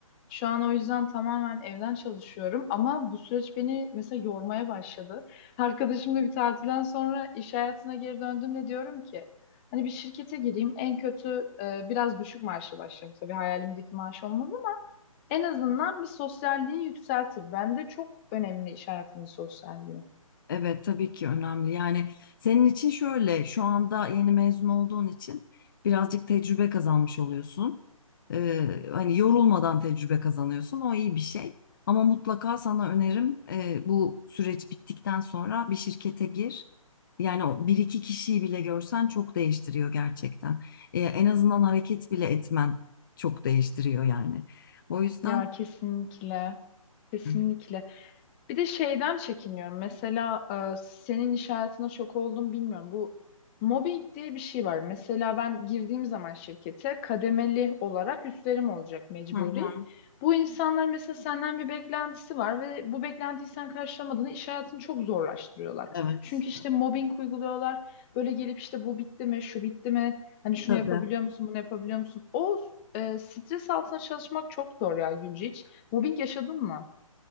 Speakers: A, on the left; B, on the left.
A: Şu an o yüzden tamamen evden çalışıyorum ama bu süreç beni mesela yormaya başladı. Arkadaşımla bir tatilden sonra iş hayatına geri döndüğümde diyorum ki Hani bir şirkete gireyim en kötü e, biraz düşük maaşla başlarım. Tabii hayalimdeki maaş olmaz ama en azından bir sosyalliği yükseltir. Bende çok önemli iş hayatının sosyalliği.
B: Evet tabii ki önemli. Yani senin için şöyle şu anda yeni mezun olduğun için birazcık tecrübe kazanmış oluyorsun. Ee, hani yorulmadan tecrübe kazanıyorsun. O iyi bir şey. Ama mutlaka sana önerim e, bu süreç bittikten sonra bir şirkete gir. Yani o bir iki kişiyi bile görsen çok değiştiriyor gerçekten. Ee, en azından hareket bile etmen çok değiştiriyor yani. O yüzden.
A: Ya kesinlikle. Kesinlikle.
B: Hı
A: Bir de şeyden çekiniyorum. Mesela e, senin iş hayatına çok oldum bilmiyorum. Bu mobbing diye bir şey var. Mesela ben girdiğim zaman şirkete kademeli olarak üstlerim olacak mecburi.
B: hı.
A: Bu insanlar mesela senden bir beklentisi var ve bu beklentiyi sen karşılamadığında iş hayatını çok zorlaştırıyorlar.
B: Evet.
A: Çünkü işte mobbing uyguluyorlar. Böyle gelip işte bu bitti mi, şu bitti mi? Hani şunu
B: Tabii.
A: yapabiliyor musun, bunu yapabiliyor musun? O e, stres altında çalışmak çok zor ya Gülce hiç. Mobbing yaşadın mı?